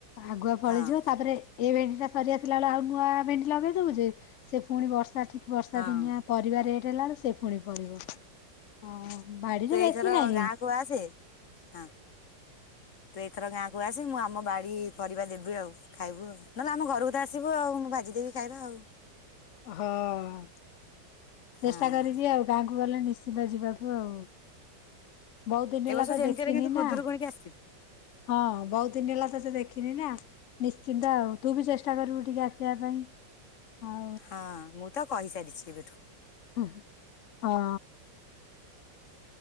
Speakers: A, on the left; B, on the left.
A: ଆଗୁଆ ଫଳିଯିବ
B: ହଁ
A: ତାପରେ ଏ ଭେ ଟା ସରିଆସିଲାବେଳକୁ ଆଉ ନୂଆ ଭେଣ୍ଡି ଲଗେଇ ଦଉଛେ ସେ ପୁଣି ବର୍ଷା ଠିକ ବର୍ଷା
B: ହଁ
A: ଦିନିଆ ପରିବା ରେ ହେଲା ବଳଳେ ସେ ପୁଣି ପଳିବ ହଁ। ବାଡିରେ
B: ତୁ ଏଇଥର
A: ବେଶୀ ନାହିଁ
B: ଗାଁ କୁ ଆସେ ହଁ ତୁ ଏଇଥର ଗାଁ କୁ ଆସେ ମୁଁ ଆମ ବାଡି ପରିବା ଦେବି ଆଉ ଖାଇବୁ ଆଉ, ନହେଲେ ଆମ ଘରକୁ ତ ଆସିବୁ ଆଉ ମୁଁ ଭା ଜିଦେବି ଖାଇବା ଆଉ।
A: ହଁ।
B: ହଁ
A: ଚେଷ୍ଟା କରିବି ଆଉ ଗାଁକୁ ଗଲେ ନିଶ୍ଚିନ୍ତ ଯିବାକୁ ଆଉ। ବହୁତ ଦିନ
B: ଏ
A: ହେଲା
B: ବର୍ଷ
A: ତ
B: ଯେମିତି
A: ଦେଖିନି
B: ହେଲେ କିନ୍ତୁ
A: ନା।
B: ଖୁଦୁରୁକୁଣିକି ଆସିବୁ
A: ହଁ ବହୁତ ଦିନ ହେଲା ତତେ ଦେଖିନି ନା। ନିଶ୍ଚିନ୍ତ ଆଉ ତୁ ବି ଚେଷ୍ଟା କରିବୁ ଟିକେ ଆସିବା ପାଇଁ ହଁ।
B: ହଁ ମୁଁ ତ କହିସାରିଛି କେବେଠୁ।
A: ହୁ ହଁ।